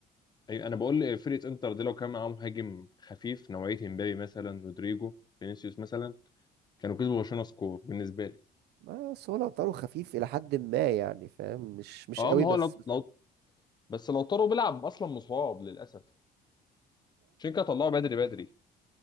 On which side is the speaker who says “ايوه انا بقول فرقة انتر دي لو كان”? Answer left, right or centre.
Left